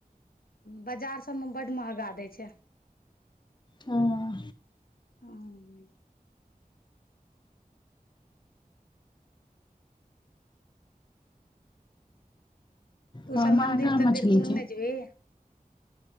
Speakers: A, on the left; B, on the left.
A: बाजार सब में बड महंगा दै छै।
B: हँ
A: हूं तू
B: हँ
A: सब
B: महगा
A: मन्दिर तन्दिर
B: मछली
A: कोनो
B: छै
A: नहि जेबहि